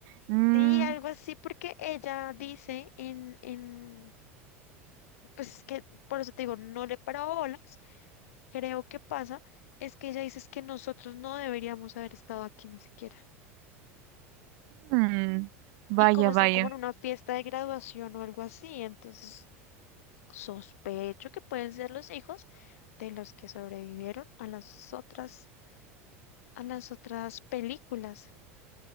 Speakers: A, on the right (about 65°); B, on the left (about 80°).
A: Mm,
B: Sí, algo así, porque ella dice en, en, pues es que por eso te digo, no le paraba bolas. Creo que pasa, es que ella dice es que nosotros no deberíamos haber estado aquí ni siquiera.
A: mm, vaya,
B: Y como están
A: vaya.
B: como en una fiesta de graduación o algo así, entonces Sospecho que pueden ser los hijos de los que sobrevivieron a las otras, a las otras películas,